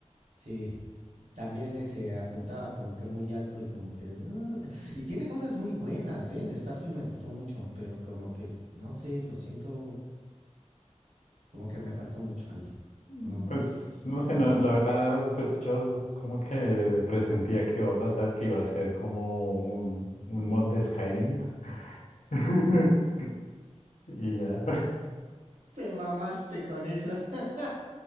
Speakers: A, on the right (about 70°); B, on the left (about 80°).
A: Sí, también ese apuntaba como que muy alto y como que... mm, y tiene cosas muy buenas, ¿eh? El de Starfield me gustó mucho, pero como que, no sé, lo siento, como que me faltó mucho ahí.
B: Mm,
A: No,
B: Pues no sé,
A: No
B: no,
A: sé.
B: la verdad, pues yo como que presentía que iba a pasar, que iba a ser como un, un mod de Skyrim. <laughs> Y ya. <laughs>
A: Te mamaste con esa. <laughs>